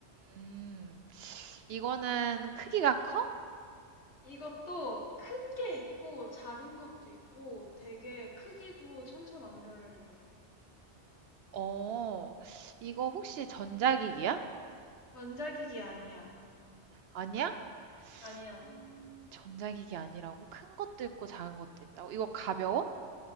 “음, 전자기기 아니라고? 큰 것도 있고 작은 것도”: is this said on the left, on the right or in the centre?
Right